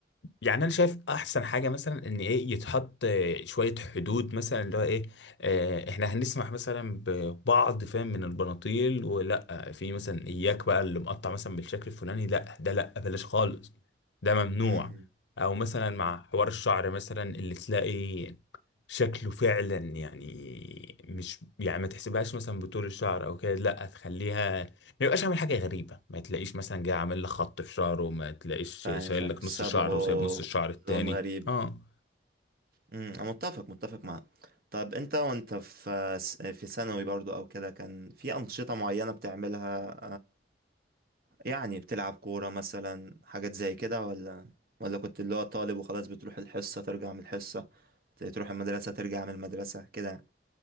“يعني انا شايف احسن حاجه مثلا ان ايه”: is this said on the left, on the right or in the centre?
Left